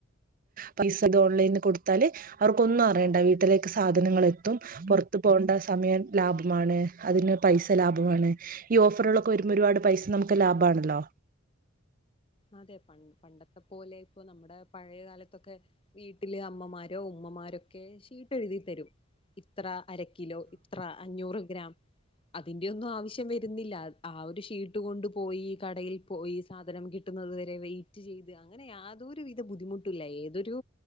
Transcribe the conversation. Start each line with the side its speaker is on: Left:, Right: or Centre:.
Right: പൈസ ഇത് ഓൺലൈനിൽ കൊടുത്താല് അവർക്ക്ൊന്നും അറിയണ്ട വീട്ടിലേക്ക് സാധനങ്ങൾ എത്തും പുറ പോകേണ്ട സമയം ലാഭമാണ് അതിന് പൈസ ലാഭമാണ് ഈ ഓഫറുകളൊക്കെ വരുമ്പോൾ ഒരുപാട് പൈസ നമുക്ക് ക്കെ ലാഭണല്ലോ
Left: അതെ പ പണ്ടത്തെ പോലെ ഇപ്പൊ നമ്മുടെ പഴയ കാലത്തൊക്കെ വീട്ടില് അമ്മമാരോ ഉമ്മമാരൊക്കെ ഷീട്ടഴുതി തരും ഇത്ര അരക്കിലോ ഇത്ര അഞ്ഞൂറ് ഗ്രാം
Right: ഉ <inaudible>
Left: അതിന്റെ ഒന്നും ആവശ്യം വരുന്നില്ല ആ ഒരു ഷീട്ട് കൊണ്ട് പോയി കടയിൽ പോയി സാധനം കി കിട്ടുന്നത് വരെ വെയിറ്റ് ചെയ്ത് അങ്ങനെ യാതൊരു വിധ ബുദ്ധിമുട്ടില്ല ഏതൊരു